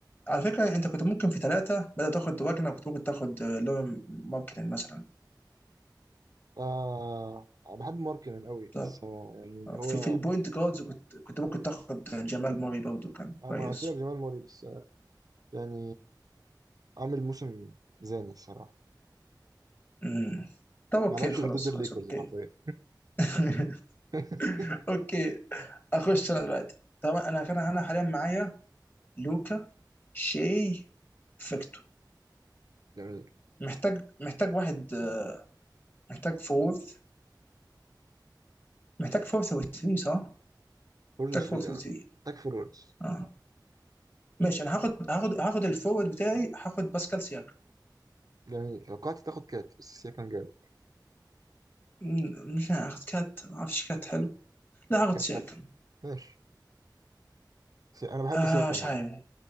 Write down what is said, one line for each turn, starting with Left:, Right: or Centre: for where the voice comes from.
Left: على فكره انت كنت ممكن في ثلاثه بدل تاخد واجنر كنت ممكن تاخد آه، لوري ماركتن مثلا
Right: آه بحب ماركنن قوي بس
Left: صح
Right: آه يعني اللي
Left: آه،
Right: هو
Left: في في البوينت جاردز كنت كنت ممكن تاخد جمال موري برضه كان
Right: آه
Left: كويس
Right: ما قلت لك جمال موري بس آه يعني عامل موسم زاني الصراحة
Left: امم طب اوكي
Right: ما لعبش
Left: خلاص
Right: غير ضد الليكرز
Left: خلاص اوكي
Right: حرفيا
Left: <laughs>
Right: <laughs>
Left: اوكي اخش انا دلوقتي طبعا انا كان انا حاليا معايا لوكا شي فيكتور
Right: جميل
Left: محتاج محتاج واحد آه، محتاج فورث محتاج فورث و3 صح؟
Right: فور
Left: محتاج
Right: 3
Left: فورث و3
Right: اه تاك فوروردز
Left: اه ماشي انا هاخد هاخد هاخد الفورورد بتاعي هاخد باسكال سياكم
Right: جميل لو قعدت تاخد كات بس سياكم جامد
Left: مم، مش هاخد كات ما اعرفش كات حلو لا هاخد
Right: كات
Left: سياكم
Right: حلو ماشي سي... انا بحب
Left: آه
Right: سياكم
Left: مش
Right: عامة
Left: عارف